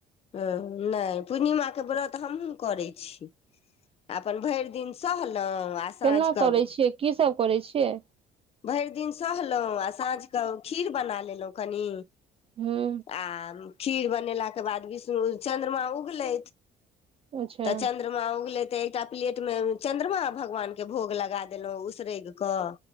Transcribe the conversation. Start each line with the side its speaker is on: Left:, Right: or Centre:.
Left: ह नहि पूर्णिमाके व्रतहमहूँ करैत छी अपन भरि दिन सहलहुँ आ साँझके
Right: केना करै छियै की सभ करै छियै
Left: भेर दिन सहलहुँ आ साँझ क खीर बना लेलहुँ कनि
Right: हूँ
Left: आ खीर बनेलाके बाद विष्णु चन्द्रमा उगले
Right: अच्छा
Left: तऽ चन्द चन्द्रमा उगलै तऽ एकटा प्लेट मे चन्द्रमा भगवान के भोग लगा देलहुँ उसरगि कऽ